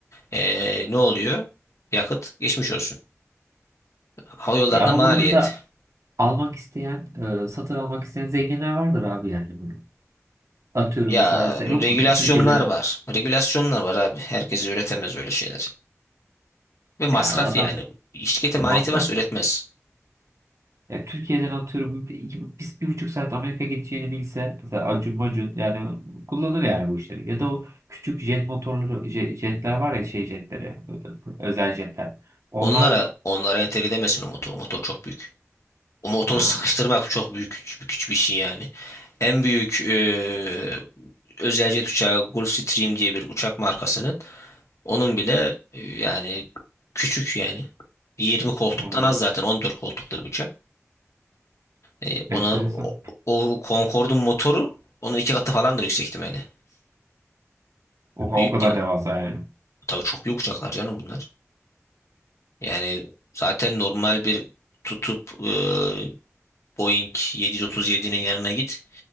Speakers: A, on the left (about 70°); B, on the right (about 70°).
A: Ee, ne oluyor? Yakıt geçmiş olsun. Hava yollarına
B: Ya ama
A: maliyet.
B: bunu mesela almak isteyen, e, satın almak isteyen zenginler vardır abi yani bunu. Atıyorum
A: Ya
B: mesela sen-
A: regülasyonlar
B: yok mudur Türkiye'den
A: var. Regülasyonlar var abi. Herkes üretemez öyle şeyler. Ve masraf
B: ya adam
A: yani. Şirkete maliyeti
B: masraf.
A: varsa üretmez.
B: Ya Türkiye'den atıyorum iki- biz bir buçuk saat Amerika gideceğini bilse mesela Acun Macun yani kullanır yani bu işleri. Ya da o küçük jet motorları je- jetler var ya şey jetleri ö- özel jetler. Onlar
A: Onlara onlara entegre edemezsin o motor. O motor çok büyük. O motoru
B: ha,
A: sıkıştırmak çok büyük güç, güç bir şey yani. En büyük eee özel jet uçağı Gulfstream diye bir uçak markasının onun bile e, yani küçük yani 20 koltuktan
B: anladım.
A: az zaten 14 koltuklu bir uçak. E,
B: Enteresan.
A: ona o, o Concorde'un motoru onun iki katı falandır yüksek ihtimalle.
B: Oha
A: Büyük
B: o kadar
A: ya.
B: devasa yani.
A: Tabii çok büyük uçaklar canım bunlar. Yani zaten normal bir tutup e, Boeing 737'nin yanına git.